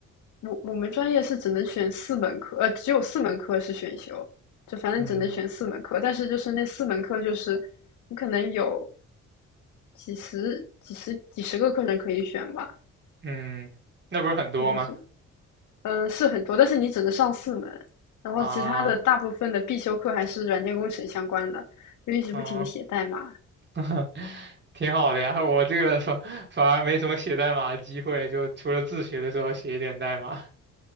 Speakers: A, on the left (about 75°); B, on the right (about 35°).
A: 我我们专业是只能选四门课，呃，只有四门课是选修，就反正只能选四门课。
B: 嗯
A: 但是就是那四门课，就是你可能有几十、几十、几十个课程可以选吧，
B: 嗯，那不是很多吗？
A: 就是是，嗯、呃是很多，但是你只能上四门。然后其他的大部分的必修课还是软件工程相关的，
B: 啊，
A: 就一直不停的写代码，
B: 嗯，<laughs> 挺好的呀。我这个反反而没什么写代码的机会，就除了自学的时候写一点代码。